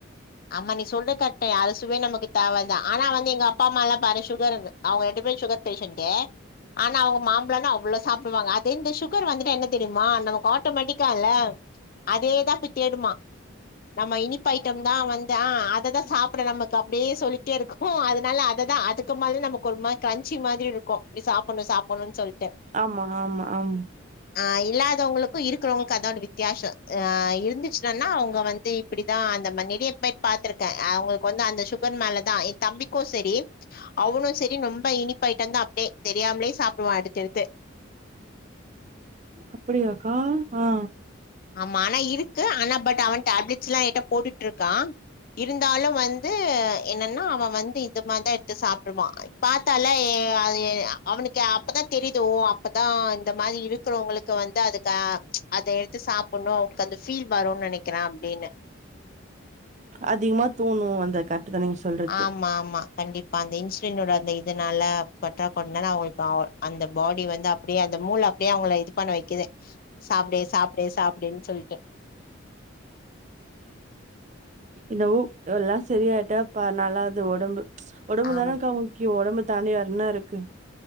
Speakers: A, on the left (about 45°); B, on the right (about 35°).
A: அமா நீ சொல்றது கரெக்ட்டு அறு சுவை நமக்கு தேவதா ஆனா வந்து எங்க அப்பா அம்மால்லா பாரு சுகர் இருகு அவங்க எடுத் வே சுகர் பேஷண்ட்டு ஆனா அவங்க மாம்பழனா அவ்வளோ சாப்புடுவாங்க அது இந்த சுகர் வந்துட்டு என்ன தெரியுமா நமக்கு ஆட்டோமேட்டிக்கால்ல அதேதா போய் தேடுமா நம்ம இனிப்பு ஐட்டம் சோ வந்து அ அததா சாப்புட நமக்கு அப்டியே சொல்லிக்ட்டே இருக்கு அதனால அததா அதுக்கு மேல நமக்கு ஒரு மார் கஞ்சி மாதிரி இருக்கு ப்டி சாப்படணு சாப்படணுனு சொல் டு
B: ஆமா, ஆமா, ஆமா.
A: ஆ இல்லாதவங்களுக்கு இருக் க்கிறவங்களுக்கு அதா வித்தியாசோ அ இருந்துச்சுனன்னா அவங்க வந்து இப்படிதா அந்த மன்னி னிய போய் பாத்திருக்க அவங்களுக்கு வந்து அந்த சுகர் மேலதா எ தம்பிக்கு சரி அவனு சரி ரொம் ம்ப இனிப் ஐட்டம்ந்தா அப்டே தெரியாமலே சாப்புடுவா எடுத்து எடுத்து
B: அப்டியாக்கா ஆ
A: ஆமா ஆனா இருக்கு ஆனா பட் அவன் டேப்லெட்ஸ்ல்லா ஏட்ட போட்டுட்டுருக்கா இருந்தாலு வந்து என்னன்னா அவ வந்து இதுமாதா எடுத்து சாப்புடுவா பாத்தாலே கே அது அவனுக்கு அப்பத்தா தெரியுது ஓ அப்பத்தா இந்த மாதி இருக்கிறவங்களுக்கு வந்து அதுக்கு அது த்து சாப்படுணு அவங்களுக்கு அந்த ஃபீல் வருனு நெனைக்கிறே அப்டின்னு
B: அதிகமா தூணும் அந்த கரெக்ட்டு தான் நீங்க சொல்றது.
A: ஆமா ஆமா கண்டிப் பா அந்த இன்சுலினோட அந்த இதனால பத்தா பண்ணனா அவங்ளுக்கு அந்த பாடி வந்து அப்டியே அந்த மூள அப்டியே அவுங்கள இது பண்ண வெக்கிது சாப்டு சாப்டு சாப்டுன் சொல்ட்டு
B: இந்த ஊ எல்லா செரியாய்ட்டா ப்ப நல்லது ஒடம்பு ஒடம்பு
A: ஆமா.
B: தானக்கா முக்கியோ ஒடம்ப தாண்டி வேறின்னருக்கு